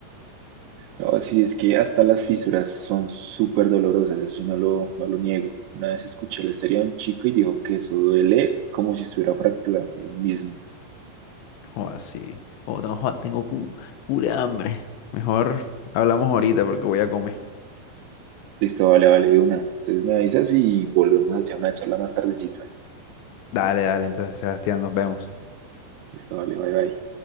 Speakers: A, on the right; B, on the left.
A: No, sí, es que hasta las fisuras son súper dolorosas, eso sí no lo, no lo niego. Una vez escuché la historia de un chico y dijo que eso duele como si estuviera fracturado, lo mismo.
B: O así. O tengo, tengo cu- cura de hambre. Mejor hablamos ahorita porque voy a comer.
A: Listo, vale, vale, de una. Entonces me avisas y volvemos a echar una charla más tardecito.
B: Dale, dale, entonces, Sebastián, nos vemos.
A: Listo, vale, bye, bye.